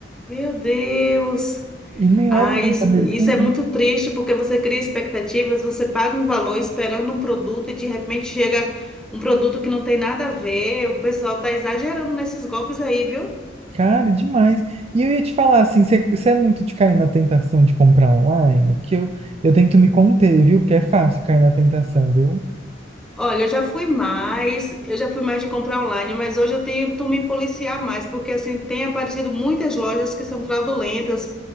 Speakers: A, in the centre; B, on the right.
A: Meu Deus.
B: E não
A: Ah,
B: era um
A: isso,
B: jantar americano.
A: isso é muito triste porque você cria expectativas, você paga um valor esperando um produto e de repente chega um produto que não tem nada a ver. O pessoal tá exagerando nesses golpes aí, viu?
B: Cara, demais. E eu ia te falar assim, você você é muito de cair na tentação de comprar online? Porque eu, eu tento me conter, viu? Porque é fácil cair na tentação, viu?
A: Olha, eu já fui mais, eu já fui mais de comprar online, mas hoje eu tento me policiar mais, porque assim tem aparecido muitas lojas que são fraudulentas